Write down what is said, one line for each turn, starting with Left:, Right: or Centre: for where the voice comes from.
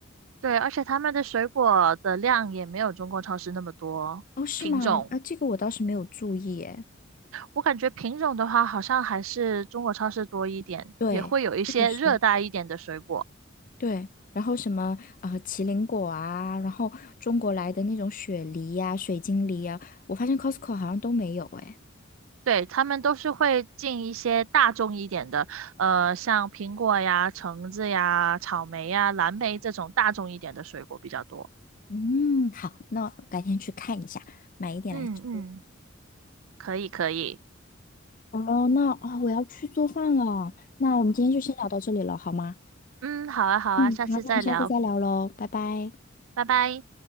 Right: 对，而且他们的水果的量也没有中国超市那么多品种，
Left: 哦，是吗？啊，这个我倒是没有注意，哎。
Right: 我感觉品种的话好像还是中国超市多一点，
Left: 对，
Right: 也会有一些热带一点的水果。
Left: 这个是对。然后什么呃麒麟果啊，然后中国来的那种雪梨呀、水晶梨呀、我发现 Costco 好像都没有，哎。
Right: 对，他们都是会进一些大众一点的，呃，像苹果呀、橙子呀、草莓呀、蓝莓这种大众一点的水果比较多。
Left: 嗯，好，那我改天去看一下，买一点来吃。
Right: 嗯嗯，可以可以，
Left: 好了，那啊、我要去做饭了。那我们今天就先聊到这里了，好吗？
Right: 嗯，好啊好啊，
Left: 嗯，
Right: 下次再聊，
Left: 好，那我们下次再聊喽，拜拜。
Right: 拜拜。